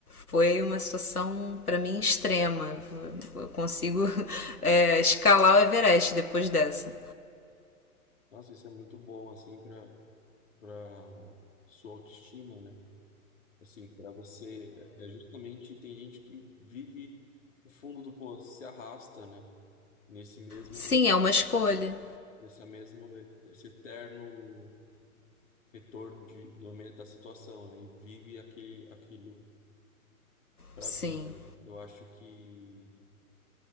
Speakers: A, on the left; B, on the left.
A: Foi uma situação para mim extrema. Eu consigo <laughs> é, escalar o Everest depois dessa.
B: Nossa, isso é muito bom, assim, para para sua autoestima, né? Assim, para você, é é justamente tem gente que vive o fundo do poço, se arrasta, né? Nesse mesmo,
A: Sim, é uma escolha.
B: nesse mesmo, esse eterno retorno de, do, me- da situação, né? E vive aquele, aquilo para
A: Sim,
B: a vida. Eu acho que